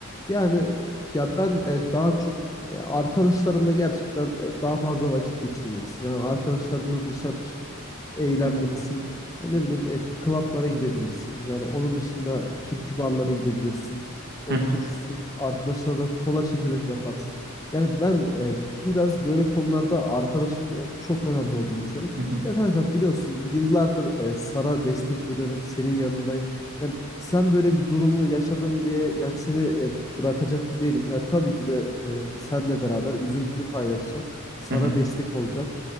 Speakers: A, on the left (about 15°); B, on the right (about 50°).
A: Yani ya ben e, daha çok e, arkadaşlarınla gerçekten e, daha fazla vakit geçirmelisin. Yani arkadaşlarınla dışarı çıkıp eğlenmelisin.
B: hı hı,
A: Ya Ne bileyim e, klaplara gidebilirsin. Yani onun dışında türkü barlara gidebilirsin. Oturursun,
B: hı hı,
A: arkadaşlarla kola çekirdek yaparsın. Yani ben e, biraz böyle konularda arkadaşın e, çok önemli olduğunu düşünüyorum.
B: hı hı,
A: Ya kanka biliyorsun yıllardır e, sana destek veriyorum, senin yanındayım. Yani sen böyle bir durumu yaşadın diye yani seni e, bırakacak değilim. Ya tabii ki de e, senle beraber üzüntünü paylaşacağım. Sana
B: hı hı,
A: destek olacağım